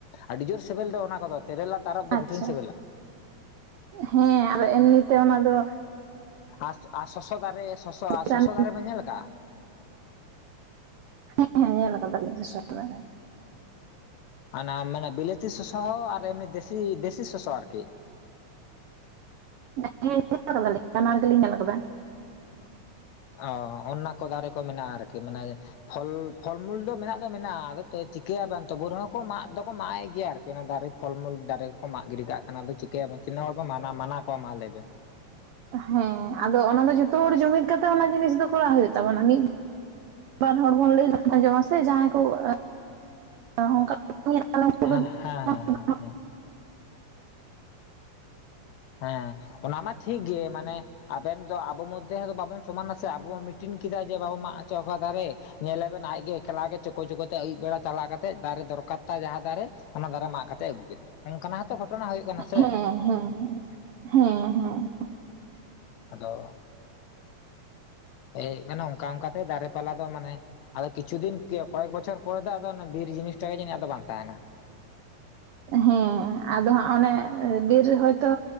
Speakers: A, on the left; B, on the right.
A: ᱟᱹᱰᱤ ᱡᱳᱥ ᱥᱤᱵᱤᱞ ᱫᱚ ᱚᱱᱟ ᱠᱚᱫᱚ ᱛᱮᱨᱮᱞᱟ ᱛᱟᱨᱵ ᱫᱚ
B: ᱟᱪᱪᱷᱟ
A: ᱠᱩᱩᱴᱷᱤᱱ ᱥᱤᱵᱤᱞᱟ᱾
B: ᱦᱮᱸ ᱟᱨ ᱮᱢᱱᱤᱛᱮ ᱚᱱᱟ ᱫᱚ
A: ᱟᱥ ᱟ ᱥᱚᱥᱚ ᱫᱟᱨᱮ ᱥᱚᱥᱚᱷᱼᱟ
B: ᱦᱮᱸ
A: ᱥᱚᱥᱚ ᱫᱟᱨᱮ ᱵᱮᱱ ᱧᱮᱞ ᱠᱟᱜᱼᱟ?
B: ᱦᱮᱸ ᱦᱮᱸ ᱧᱮᱞ ᱠᱟᱫᱟᱞᱤᱧ ᱥᱚᱥᱚ ᱫᱟᱨᱮ᱾
A: ᱟᱱᱟ ᱢᱟᱱᱮ ᱵᱤᱞᱟᱹᱛᱤ ᱥᱚᱥᱚ ᱦᱚᱸ ᱟᱨ ᱮᱢᱱᱤ ᱫᱮᱥᱤ ᱫᱮᱥᱤ ᱥᱚᱥᱚ ᱟᱨᱠᱤ᱾
B: <unintelligible> ᱵᱟᱱᱟᱨ ᱜᱮᱞᱤᱧ ᱧᱮᱞ ᱠᱟᱫᱟ᱾
A: ᱚ ᱚᱱᱟ ᱠᱚ ᱫᱟᱨᱮ ᱠᱚ ᱢᱮᱱᱟᱜᱼᱟ ᱟᱨᱠᱤ ᱢᱟᱱᱮ ᱯᱷᱚᱞ ᱯᱷᱚᱞᱢᱩᱞ ᱫᱚ ᱢᱮᱱᱟᱜ ᱫᱚ ᱢᱮᱱᱟᱜᱼᱟ ᱟᱫᱚ ᱛᱚ ᱪᱤᱠᱟᱹᱭᱟ ᱵᱮᱱ ᱛᱚᱵᱚ ᱨᱮᱦᱚᱸ ᱠᱚ ᱢᱟᱜ ᱫᱚᱠᱚ ᱢᱟᱜ ᱮ ᱜᱮᱭᱟ ᱟᱨᱠᱤ ᱚᱱᱟ ᱫᱟᱨᱮ ᱯᱷᱚᱞᱢᱩᱞ ᱫᱟᱨᱮ ᱠᱚᱠᱚ ᱢᱟᱜ ᱜᱤᱰᱤ ᱠᱟᱜ ᱠᱟᱱᱟ᱾ ᱟᱫᱚ ᱪᱤ ᱠᱟᱹᱭᱟᱱᱮ ᱛᱤᱱᱟᱹᱜ ᱦᱚᱲ ᱵᱮᱱ ᱢᱟᱱᱟ ᱢᱟᱱᱟ ᱠᱟᱣᱟ ᱢᱟ ᱞᱟᱵᱮ᱾
B: ᱦᱮᱸ ᱟᱫᱚ ᱚᱱᱟ ᱫᱚ ᱡᱚᱛᱚ ᱦᱚᱲ ᱡᱩᱢᱤᱫ ᱠᱟᱛᱮᱜ ᱚᱱᱟ ᱡᱤᱱᱤᱥ ᱫᱚ ᱠᱚᱨᱟᱣ ᱦᱩᱭᱩᱜ ᱛᱟᱵᱚᱱᱟ᱾ ᱢᱤᱫ ᱟᱵᱟᱨ ᱦᱚᱲ ᱵᱚᱱ ᱞᱟᱹᱭ ᱞᱮᱠᱷᱟᱱ ᱟᱸᱡᱚᱢᱟ ᱥᱮ ᱡᱟᱦᱟᱸᱭ ᱠᱚ <unintelligible>
A: ᱦᱮᱸ <unintelligible> ᱦᱮᱸ ᱚᱱᱟ ᱢᱟ ᱴᱷᱤᱠ ᱜᱮ ᱢᱟᱱᱮ ᱟᱵᱮᱱ ᱫᱚ ᱟᱵᱚ ᱢᱚᱫᱽᱫᱷᱮ ᱫᱚ ᱵᱟᱵᱚᱱ ᱥᱚᱢᱟᱱᱟ ᱥᱮ, ᱟᱵᱚ ᱵᱚᱱ ᱢᱤᱴᱤᱱ ᱠᱮᱫᱟ ᱡᱮ ᱵᱟᱵᱚᱱ ᱢᱟᱜ ᱟᱪᱚ ᱠᱚᱣᱟ ᱫᱟᱨᱮ᱾ ᱧᱮᱞᱟ ᱵᱮᱱ ᱟᱡᱜᱮ ᱮᱠᱞᱟ ᱜᱮ ᱪᱚᱠᱳ ᱪᱚᱠᱳ ᱛᱮ ᱟᱹᱭᱩᱵ ᱵᱮᱲᱟ ᱪᱟᱞᱟᱣ ᱠᱟᱛᱮ ᱫᱟᱨᱮ ᱫᱚᱨᱠᱟᱨ ᱛᱟᱭ ᱡᱟᱦᱟᱸ ᱫᱟᱨᱮ ᱚᱱᱟ ᱫᱟᱨᱮ ᱢᱟᱜ ᱠᱟᱛᱮᱜ ᱟᱹᱜᱩ ᱠᱮᱫᱟ ᱚᱝᱠᱟᱱᱟᱜ ᱦᱚᱸᱛᱚ ᱜᱷᱚᱴᱚᱱᱟ ᱦᱩᱭᱩᱜ ᱠᱟᱱᱟ᱾ ᱥᱮ
B: ᱦᱮᱸ ᱦᱮᱸ ᱦᱮᱸ ᱦᱮᱸ
A: ᱟᱫᱚ ᱮᱭ ᱦᱩᱭᱩᱜ ᱠᱟᱱᱟ ᱚᱝᱠᱟ ᱚᱝᱠᱟ ᱛᱮ ᱫᱟᱨᱮ ᱯᱟᱞᱟ ᱫᱚ ᱢᱟᱱᱮ ᱟᱫᱚ ᱠᱤᱪᱷᱩ ᱫᱤᱱ ᱠᱚᱭᱮᱠ ᱵᱚᱪᱚᱨ ᱯᱚᱨᱮ ᱫᱚ ᱟᱫᱚ ᱵᱤᱨ ᱡᱤᱱᱤᱥᱴᱟ ᱜᱮ ᱡᱟᱹᱱᱤᱡ ᱫᱚ ᱵᱟᱝ ᱛᱟᱦᱮᱱᱟ᱾
B: ᱦᱮᱸ ᱟᱫᱚ ᱦᱟᱸᱜ ᱚᱱᱮ ᱵᱤᱨ ᱨᱮ ᱦᱚᱭᱛᱚ